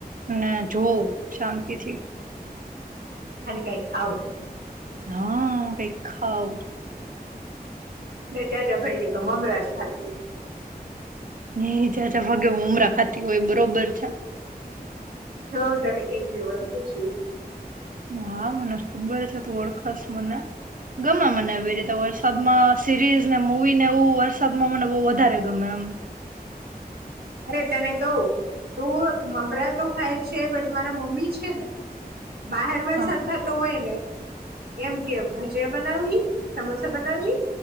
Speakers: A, on the right (about 55°); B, on the right (about 75°).
A: અને જોઉં શાંતિથી
B: અને કઈ ખાવ
A: હ દેખાવ
B: જ્યાં જ્યા ભાઈ કે તો મમરાજ ખા
A: <unintelligible> મમરા ખાતી હોય બરોબર છે
B: હા તમે કેટલી હોત <unintelligible> છું
A: હા મને ખબર છે ત ઓળખશ મને ગમે મને રીતે વરસાદમાં સિરીઝ ને મવી ને એવું વરસાદમાં મને બો વધારે ગમે એમ
B: અરે તને કહ તું મમરા તો ખાય છે બટ મારા મમ્મી છે ને બહાર વરસાદ
A: હા
B: થતો હોય ને એમ કે ભજીયા બનાવી સમોસા બનાવીવી